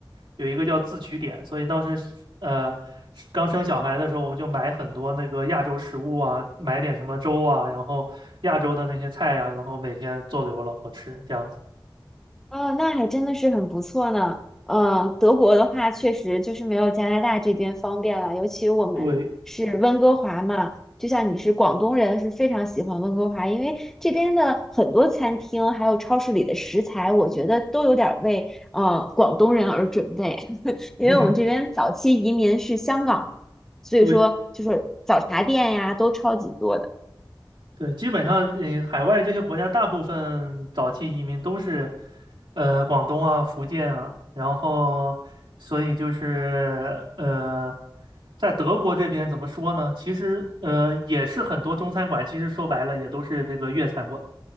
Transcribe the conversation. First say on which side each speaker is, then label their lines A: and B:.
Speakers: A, on the right (about 85°); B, in the centre.
A: 有一个叫自取点，所以当时呃刚生小孩的时候，我们就买很多那个亚洲食物啊，买点什么粥啊，然后亚洲的那些菜啊，然后每天做给我老婆吃，这样子。
B: 哦，那还真的是很不错呢。嗯，德国的话确实就是没有加拿大这边方便了，尤其我们是温哥华嘛，
A: 对，
B: 就像你是广东人，是非常喜欢温哥华，因为这边的很多餐厅还有超市里的食材，我觉得都有点儿为呃广东人而准备，<laughs> 因为我们这边早期移民是香港，
A: <laughs>
B: 所以说就是早茶店呀都超级多的。
A: 对，对，基本上，嗯，海外这些国家大部分早期移民都是，呃，广东啊、福建啊，然后，所以就是，呃，在德国这边怎么说呢？其实，呃，也是很多中餐馆，其实说白了也都是这个粤餐馆，